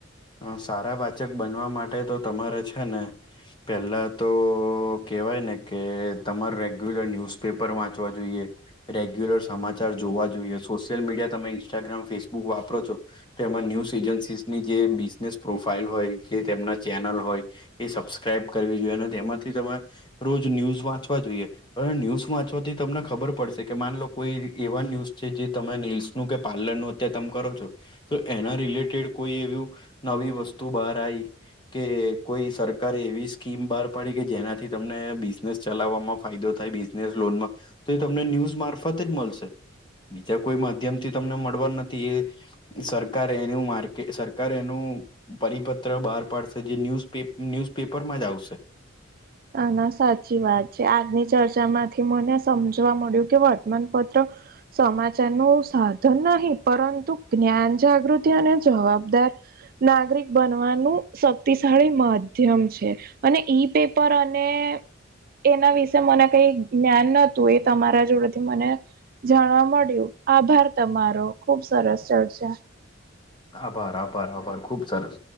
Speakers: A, on the left; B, on the right.
A: અ સારા વાંચક બનવા માટે તો તમારે છે ને પહેલા તો કહેવાય ને કે, તમારું રેગ્યુલર ન્યૂઝપેપર વાંચવા જોઈએ. રેગ્યુલર સમાચાર જોવા જોઈએ, સોશિયલ મીડિયા તમે ઇન્સ્ટાગ્રામ ફેસબુક વાપરો છો. તેમાં ન્યૂઝ એજન્સીસની જે બિઝનેસ પ્રોફાઈલ હોય જે તેમના ચેનલ હોય એ સબસ્ક્રાઈબ કરવી જોઈએ અને તેમાંથી તમે રોજ ન્યૂઝ વાંચવા જોઈએ. હવે ન્યૂઝ વાંચવાથી તમને ખબર પડશે માન લો કોઈ એવા ન્યૂઝ છે જે તમે રીલ્સ કે પાર્લર નું અત્યારે તમે કરો છો તો એના રિલેટેડ કોઈ પેલુ નવી વસ્તુ બહાર આઈ કે કોઈ સરકારે એવી સ્કીમ બહાર પાડી કે જેનાથી તમને બિઝનેસ ચલાવવામાં ફાયદો થાય નમાં તો એ તમને ન્યૂઝ મારફતે જ મળશે. બીજા કોઈ માધ્યમ થી તમને મળવા નથી એ સરકાર એનું માર્કેટ સરકારે કાર એનું પરિપત્ર બહાર પાડશે જે ન્યૂઝ ન્યુઝપેપર માં જ આવશે.
B: આના સાચી વાત છે આજની ચર્ચા માંથી મને સમજવા મળ્યું કે વર્તમાનપત્ર ત્ર સમાજ સેનું સાધન નહી પરંતુ જ્ઞાન જાગૃતિ અને જવાબદાર નાગરિક બનવાનું શક્તિશાળી માધ્યમ છે અને ઈ પેપ પર અને એના વિશે મને કઈ જ્ઞાન નોતુ એ તમારા જોડેથી મને જાણવા મળ્યું આભાર તમારો ખુબ સરસ ચર્ચા
A: આભાર આભાર આભાર ખુબ સરસ